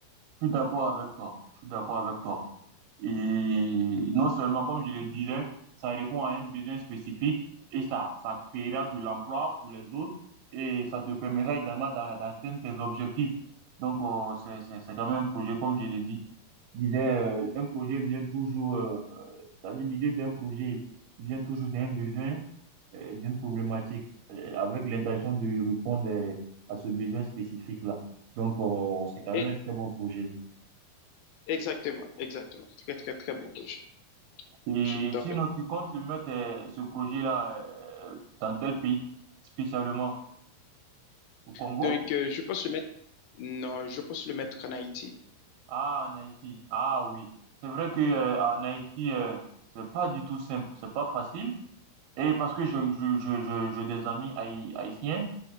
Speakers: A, on the right (about 75°); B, on the left (about 80°).
A: Je suis d'accord avec toi. Je suis d'accord avec toi. Et non seulement, comme je le disais, ça répond à un besoin spécifique et ça, ça créera de l'emploi pour les autres et ça te permettra également d'a- d'atteindre tes objectifs. Donc, euh, c'est, c'est, c'est quand même un projet, comme je l'ai dit. Disais, euh, un projet vient toujours, euh, c'est-à-dire l'idée d'un projet vient toujours d'un besoin, euh, d'une problématique, euh, avec l'intention de répondre euh, à ce besoin spécifique-là. Donc, euh, c'est quand
B: Et
A: même un très bon projet.
B: exactement, exactement. Très, très, très bon projet.
A: Et
B: Je suis tout à
A: sinon,
B: fait d'accord.
A: tu comptes le mettre, euh, ce projet-là, euh, dans quel pays spécialement? Au Congo?
B: Donc, euh, je pense le mettre, non, je pense le mettre en Haïti.
A: Ah, en Haïti. Ah oui. C'est vrai que, euh, en Haïti, euh, c'est pas du tout simple, c'est pas facile. Et parce que j'ai je, je, je, j'ai des amis haï- haïtiens,